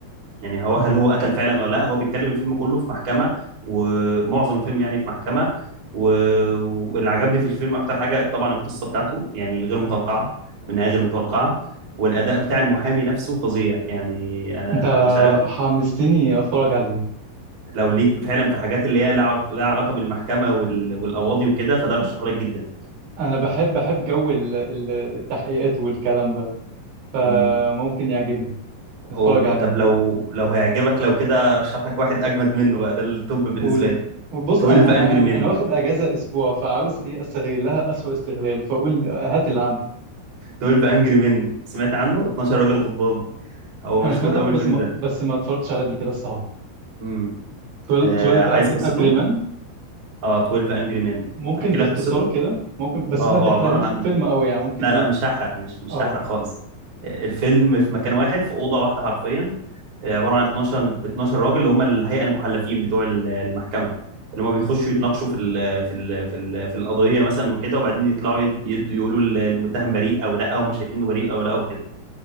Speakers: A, on the right (about 30°); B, on the right (about 70°).
A: يعني هو
B: مم.
A: هل هو قتل فعلا ولا لا هو بيتكلم الفيلم كله في محكمة ومعظم الفيلم يعني في محكمة و... واللي عجبني في الفيلم اكتر حاجة طبعا القصة بتاعته يعني غير متوقعة والنهاية غير متوقعة والاداء بتاع المحامي نفسه فظيع يعني انا
B: انت
A: مش عارف
B: حمستني اتفرج عليه
A: لو ليك فعلا في حاجات اللي هي لها لها علاقة بالمحكمة وال... والقواضي وكده فده رشحه لك جدا
B: انا بحب بحب جو ال- ال- التحقيقات والكلام ده فممكن
A: امم
B: يعجبني نتفرج
A: أو...
B: عليه
A: طب لو لو هيعجبك لو كده رشح لك واحد اجمد منه بقى ده التوب بالنسبة
B: قول
A: لي
B: بص
A: 12
B: انا انا
A: انجري
B: انا
A: Men
B: انا واخد اجازه اسبوع فعاوز ايه استغلها اسوأ استغلال فقول هات اللي عندك
A: 12 انجري مين سمعت عنه 12 راجل غضبان هو
B: انا
A: مشهور
B: سمعت
A: قوي
B: عنه بس
A: الفيلم
B: ما
A: ده
B: بس ما اتفرجتش عليه قبل كده الصراحه
A: امم
B: 12
A: آه
B: 12
A: عايز قصته
B: انجري مان
A: اه 12 انجري مين
B: ممكن
A: احكي
B: باختصار
A: لك قصته
B: كده ممكن بس
A: اه
B: ما
A: هو
B: تحرقليش
A: عبارة عن
B: الفيلم قوي يعني ممكن
A: لا
B: ايه
A: لا مش هحرق مش مش
B: اه
A: هحرق خالص آه، الفيلم في مكان واحد في أوضة واحدة حرفيا آه، عبارة عن 12 12 راجل اللي هم الهيئة المحلفين بتوع ال- المحكمة اللي هم بيخشوا يتناقشوا في ال في ال في ال في القضية مثلا وكده وبعدين يطلعوا يد يد يقولوا ال- المتهم بريء أو لا هم شايفينه بريء أو لا وكده